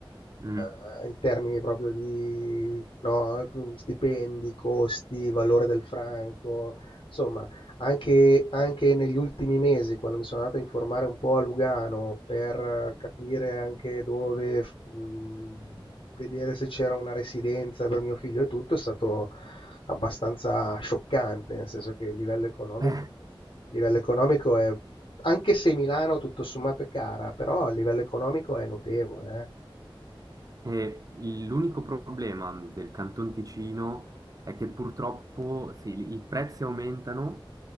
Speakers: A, on the right; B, on the left.
A: Mm.
B: eh, in termini proprio di no, mm, stipendi, costi, valore del franco, insomma, anche, anche negli ultimi mesi, quando mi sono andato a informare un po' a Lugano per eh, capire anche dove mh, vedere se c'era una residenza per mio figlio e tutto, è stato abbastanza scioccante, nel senso che il livello economico,
A: <laughs> Eh.
B: il livello economico è anche se Milano tutto sommato è cara, però a livello economico è notevole, eh.
A: E l'unico problema del Canton Ticino è che purtroppo sì, i prezzi aumentano,